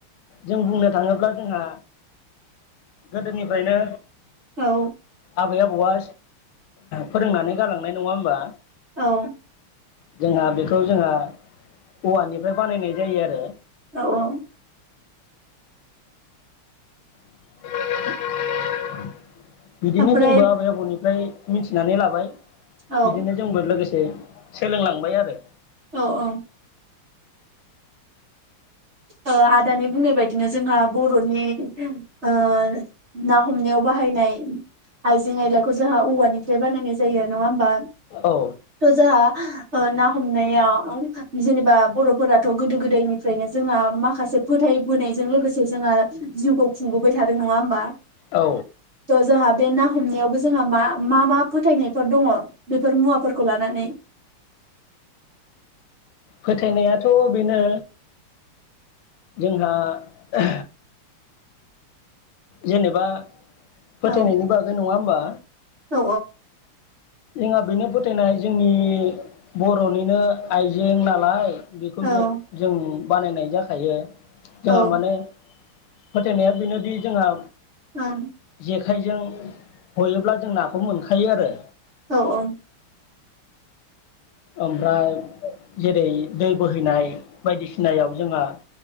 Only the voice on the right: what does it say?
औ
औ
औ औ
ओमफ्राय
औ
औ औ ओ आदानि बुंनाय बायदिनो जोंहा बर'नि ओ ना हमनायाव बाहायनाय आइजें आयलाखौ जोंहा औवानिफ्राय बानायनाय जायो नङा होमबा
ओ जोहा ओ ना हमनायाव औ जेनेबा बर' फोरथ' गोदो गोदायनिफ्रायनो जोंहा माखासे फोथायबोनायजों लोगोसे जोंहा जिउखौ खुंबोबाय थादों नङा होमबा
थ जोहा बे ना हमनायावबो जोंहा मा मा मा फोथायनायफोर दङ बेफोर मुवाफोरखौ लानानै
औ
औ
औ औ
औ
ओ
औ औ